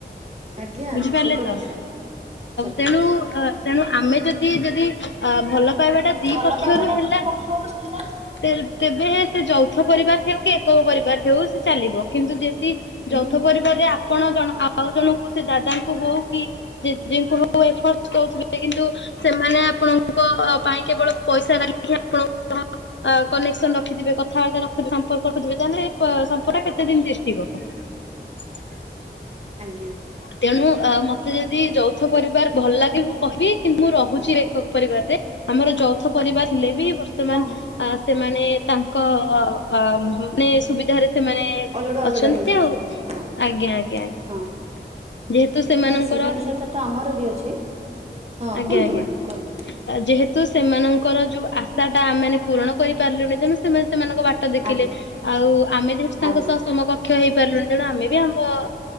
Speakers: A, on the right; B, on the left.
A: ଆଜ୍ଞା
B: ବୁଝିପାରିଲେ
A: ସତ
B: ତ!
A: କଥା ସତ
B: ତେଣୁ
A: କଥା।
B: ତେଣୁ ଆମେ ଯଦି ଯଦି ଆ ଭଲ ପାଇବାଟା ଦି
A: ଭଲ
B: ପକ୍ଷରୁ
A: ପାଇବା ଟା
B: ହେଲା।
A: ଦି ପକ୍ଷରୁ ମିଳେ।
B: ତେ-ତେବେ ସେ ଯୌଥ ପରିବାର ହେଉ କି, ଏକକ ପରିବାର ହେଉ ସେ ଚାଲିବ। କିନ୍ତୁ ଯେ ତି,
A: ହୁଁ
B: ଯୌଥ ପରିବାରରେ ଆପଣ ଜଣ ଆ ଆଉ ଜଣଙ୍କୁ ସେ ଦାଦାଙ୍କୁ ହଉ କି ଜେଜିଙ୍କୁ ହଉ, ଏଫର୍ ତ ଦଉଥି କିନ୍ତୁ, ସେମାନେ ଆପଣଙ୍କ ପାଇଁ କେବଳ ପଇସା <inaudible> ହି ଆପଣଙ୍କ କନେକ୍ସନ ରଖିଥିବେ, କଥାବାର୍ତ୍ତା ରଖୁଥୀ, ସମ୍ପର୍କ ରଖୁଥିବେ, ତା, ହେଲେ ସମ୍ପର୍କଟା କେତେ ଦିନ ତିଷ୍ଠିବ? ହଁ
A: ଆଜ୍ଞା।
B: ତେଣୁ ଅ ମତେ ଯଦି ଯୌଥ ପରିବାର ଭଲ ଲାଗିବ। କହିବି କିନ୍ ମୁଁ ରହୁଛି ଏକକ ପରିବାରରେ, ଆମର ଯୌଥ ପରିବାର ଥିଲେ ବି ବର୍ତ୍ତମାନ
A: ହଁ
B: ଆ ସେମାନେ ତାଙ୍କ ଅ-ଅ ମାନେ ସୁବିଧାରେ ସେମାନେ
A: ଅଲଗା ଅଲଗା
B: ଅଛନ୍ତି
A: ହେଇଯାଇଛନ୍ତି
B: ଆଉ,
A: ହଁ
B: ଆଜ୍ଞା ଆଜ୍ଞା ଆଜ୍ଞା।
A: ହଁ
B: ଯେହେତୁ ସେମାନଙ୍କର,
A: ନାଇଁ ସେ ଜିନିଷଟା ତ ଆମର ବି ଅଛି ହଁ
B: ଆଜ୍ଞା
A: କୁହନ୍ତୁ
B: ଆଜ୍ଞା।
A: ମ୍ୟାଡ଼ାମ କୁହନ୍ତୁ।
B: ଯେହେତୁ ସେମାନଙ୍କର ଯୋଉ ଆଶା ଟା ଆମେମାନେ ପୂରଣ କରିପାରିଲୁଣି, ତେଣୁ ସେମାନେ ସେମାନଙ୍କ ବାଟ୍ ଦେଖିଲେ
A: ଆଜ୍ଞା
B: ଆଉ ଆମେ ଯେହେତୁ ତାଙ୍କ
A: ଆଜ୍ଞା
B: ସହ ସମକ କ୍ଷ ହେଇପାରିଲୁଣି ତେଣୁ ଆମେ ବି ଆମ